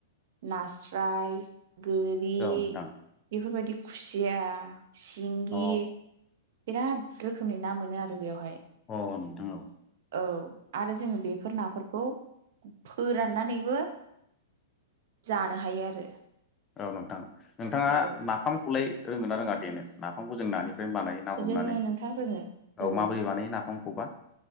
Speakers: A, on the right; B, on the left.
A: नास्राय गोरि
B: औ नोंथां
A: बेफोरबायदि खुसिया सिंगि
B: अ
A: बिराद रोखोमनि ना मोनो आरो बेवहाय
B: अ नोंथां औ
A: औ आरो जोङो बेफोर नाफोरखौ फोराननानैबो जानो हायो आरो
B: औ नोंथां नोंथाङा
A: औ
B: नाफामखौलाय रोङोना रोङा देनो नाफामखौ जों नानि बानायो ना हमनानै
A: रोङो नोंथां रोङो रोङो
B: औ माबोरै बानायो नाफामखौबा?